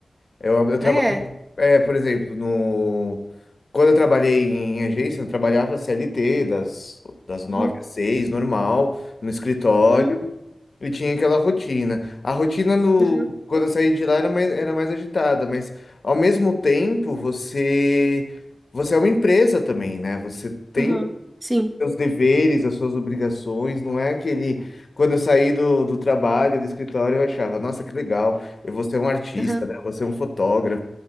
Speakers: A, on the left; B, on the right.
A: Eu, eu trabalho,
B: É.
A: é, por exemplo, no quando eu trabalhei em agência, eu trabalhava CLT das das nove
B: Uhum,
A: às seis, normal, no escritório,
B: uhum,
A: e tinha aquela rotina. A rotina no
B: uhum,
A: quando eu saí de lá era mais, era mais agitada, mas ao mesmo tempo você você é uma empresa também, né? Você tem
B: uhum. Sim.
A: seus deveres, as suas obrigações, não é aquele. Quando eu saí do, do trabalho, do escritório, eu achava, nossa, que legal, eu vou ser um artista,
B: Uhum,
A: né? Eu vou ser um fotógrafo,